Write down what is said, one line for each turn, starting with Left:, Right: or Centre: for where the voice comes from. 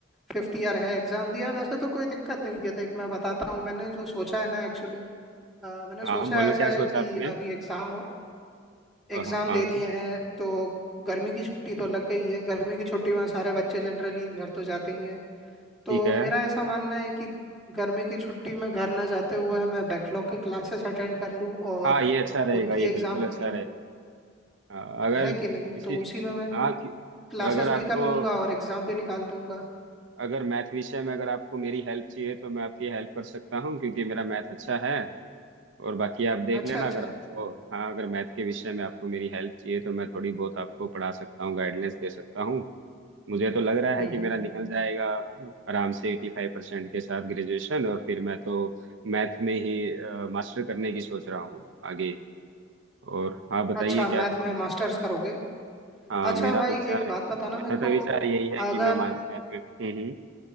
Centre: फिफ्थ ईयर है एग्जाम दिया वैसे तो कोई दिक्कत नहीं है देख मैं बताता हूँ मैंने जो सोचा है ना एक्चुअली मैंने
Right: हाँ
Centre: सोचा
Right: बोलो
Centre: ऐसा
Right: क्या सोचा
Centre: है कि
Right: आपने
Centre: अभी एग्जाम एग्जाम
Right: हाँ हाँ हाँ,
Centre: दे दिए हैं तो गर्मी की छुट्टी तो लग गई है गर्मी की छुट्टी में सारे बच्चे जनरली घर तो जाते ही हैं तो
Right: ठीक है
Centre: मेरा ऐसा मानना है कि गर्मी की छुट्टी में घर ना जाते हुए मैं बैकलॉग की क्लासेस अटेंड कर लूँ और
Right: हाँ ये अच्छा रहेगा
Centre: उनकी
Right: ये
Centre: एग्जाम
Right: बिल्कुल अच्छा रहेगा हाँ, अगर
Centre: है
Right: किसी
Centre: कि नहीं तो उसी में मैं
Right: हाँ कि, कि
Centre: क्लासेस
Right: अगर आपको
Centre: भी कर लूंगा और एग्जाम भी निकाल दूंगा
Right: अगर मैथ विषय में अगर आपको मेरी हेल्प चाहिए तो मैं आपकी हेल्प कर सकता हूँ क्योंकि मेरा मैथ अच्छा है और बाकी आप देख
Centre: अच्छा
Right: लेना
Centre: अच्छा
Right: अगर आपको हाँ अगर मैथ के विषय में आपको मेरी हेल्प चाहिए तो मैं थोड़ी बहुत आपको पढ़ा सकता हूँ गाइडलाइंस दे सकता हूँ मुझे तो लग रहा है
Centre: हम्म
Right: कि
Centre: हम्म
Right: मेरा निकल जाएगा आराम से एटी फाइव परसेंट के साथ ग्रेजुएशन और फिर मैं तो मैथ में ही मास्टर करने की सोच रहा हूँ आगे और आप बताइए
Centre: अच्छा
Right: क्या
Centre: मैथ
Right: करोगे
Centre: में मास्टर्स करोगे
Right: हाँ
Centre: अच्छा
Right: मेरा
Centre: भाई
Right: तो विचार
Centre: एक
Right: है
Centre: बात बताना
Right: मेरा
Centre: मेरे
Right: तो
Centre: को
Right: विचार यही है
Centre: अगर
Right: कि मैं मैथ में हम्म हम्म